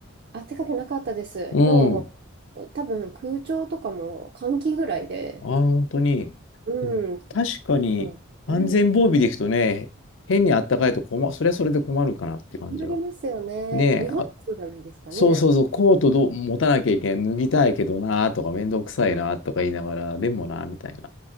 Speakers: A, on the right; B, on the left.
A: あったかくなかったです。
B: うん。
A: もう、多分空調とかも換気ぐらいで。
B: あ、本当に。
A: うん。
B: でも、確かに、
A: そうね。
B: 完全防備でいくとね、変にあったかいと困、それはそれで困るかなって感じは。
A: 困りますよね。
B: ねえ、
A: 日本はそうじゃないですかね。
B: あ、そうそうそう、コートどう持たなきゃいけん、脱ぎたいけどな、とか、めんどくさいな、とか言いながら、でもな、みたいな。